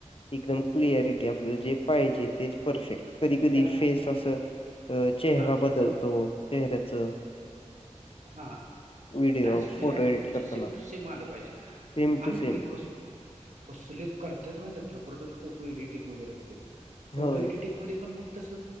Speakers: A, on the left; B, on the right.
A: एकदम क्लिअरिटी आपल्यालं जे पाहिजे तेच परफेक्ट कधी कधी
B: त्या
A: फेस असं. अ चेहरा
B: हां.
A: बदलतो चेहऱ्याच.
B: <unintelligible> हा
A: video
B: S to
A: photo
B: S
A: edit
B: म्हणजे
A: करताना
B: सेम टू सेम आलं पाहिजे
A: सेम टू
B: आहेत
A: सेम
B: की कस. कसले करत व त्या झोपडतच फोटो एडिटिंग वगैरे होते फोटो
A: होय
B: एडिटिंग. म पण मग तस